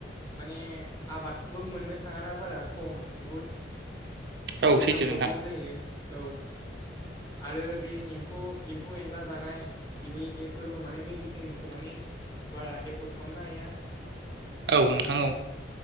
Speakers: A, on the left; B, on the right.
A: माने आबादखौबो मोननो थाङाना बारा खम बुहुत
B: औ
A: इनकाम
B: सैथो नोंथां
A: प्रब्लेम जायो, औ आरो बे एम्फौ एम्फौ एनला जानाय बिनि फोरबो माने मेडिसिनखो माने बारा एफर्द खामनो हाया।
B: औ नोंथां औ।